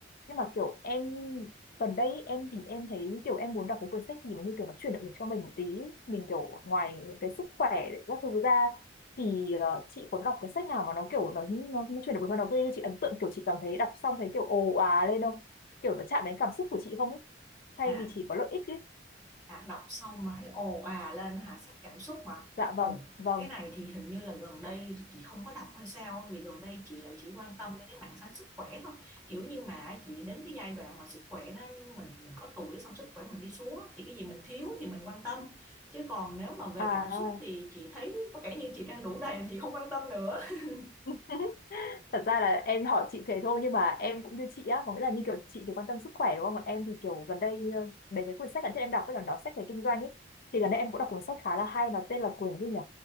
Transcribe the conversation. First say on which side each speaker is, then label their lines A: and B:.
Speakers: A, on the left (about 50°); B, in the centre.
A: nhưng mà kiểu em gần đây ý, em thì em thấy kiểu em muốn đọc cái cuốn sách gì mà như kiểu nó chuyển động lực cho mình một tí mình kiểu ngoài cái sức khỏe các thứ ra thì ờ, chị có đọc cái sách nào mà nó kiểu nó nó, nó chuyển động lực mà nó gây cho chị ấn tượng kiểu chị cảm thấy đọc xong thấy kiểu ồ à lên không kiểu nó chạm đến cảm xúc của chị không ấy thay
B: À
A: vì chỉ có lợi ích ấy
B: à, đọc xong mà thấy ồ à lên hả sách cảm xúc hả?
A: dạ
B: ồ
A: vâng vâng
B: cái này thì hình như là gần đây chị không có đọc hay sao vì gần đây chị lại chỉ quan tâm đến cái mảng sáng sức khỏe thôi kiểu như mà chị đến cái giai đoạn mà sức khỏe nó mình mình có tuổi xong sức khỏe mình đi xuống á, thì cái gì mình thiếu thì mình quan tâm chứ còn nếu mà về
A: à
B: cảm xúc thì chị thấy có vẻ như chị đang đủ đầy chị không quan tâm nữa <laughs>
A: <laughs> thật ra là em hỏi chị thế thôi nhưng mà em cũng như chị á có nghĩa là như kiểu chị thì quan tâm sức khỏe đúng không còn em thì kiểu gần đây ờ, mấy cái quyển sách gần đây em đọc với là nó sách về kinh doanh ấy thì gần đây em cũng đọc cuốn sách khá là hay nó tên là quyển gì nhỉ